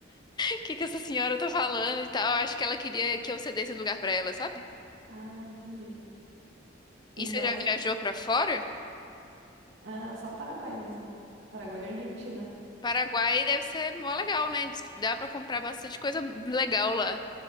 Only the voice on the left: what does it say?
O que que essa senhora tá falando e tal? Eu Acho que ela queria que eu cedesse lugar pra ela, sabe?
E
você já
viajou pra fora?
Paraguai deve ser mó legal, né? Diz que dá pra comprar bastante coisa legal lá.